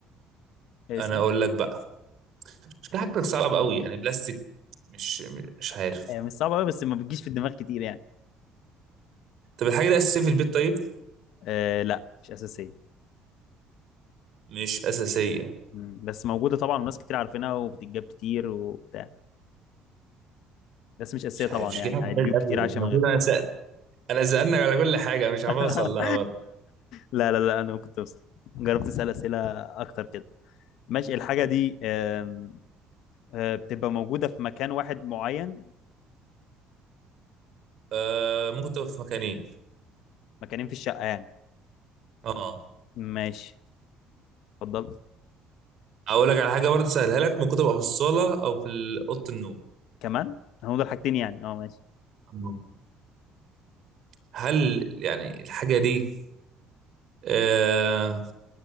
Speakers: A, on the left (about 65°); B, on the right (about 45°).
A: آه،
B: أنا
A: اسأل
B: أقول لك بقى شكلها حاجتك صعب قوي يعني بلاستيك مش مش عارف
A: آه، مش صعبة أوي بس ما بتجيش في الدماغ كتير يعني
B: طب الحاجة دي أساسية في البيت طيب
A: آه، لا مش أساسية
B: مش أساسية
A: مم، بس موجودة طبعا وناس كتير عارفينها وبتتجاب كتير وبتاع بس مش أساسية
B: مش
A: طبعا
B: عارف مش
A: يعني
B: جاي على
A: عادي
B: بالي
A: بيوت كتير
B: أبدا.
A: عايشة
B: المفروض
A: من غيرها
B: أنا سأ... أنا سألنك على كل حاجة مش عارف
A: <laughs>
B: أوصل لها برضه
A: لا لا لا أنا ممكن توصل جربت أسأل أسئلة أكتر كده ماشي الحاجة دي آم، آه، بتبقى موجودة في مكان واحد معين
B: آه، ممكن تبقى في مكانين
A: مكانين في الشقة يعني
B: أه
A: ماشي اتفضل
B: أقول لك على حاجة برضه سهلها لك ممكن تبقى في الصالة أو في أوضة النوم
A: كمان هنقول حاجتين يعني اه ماشي
B: آه. هل يعني الحاجة دي آه...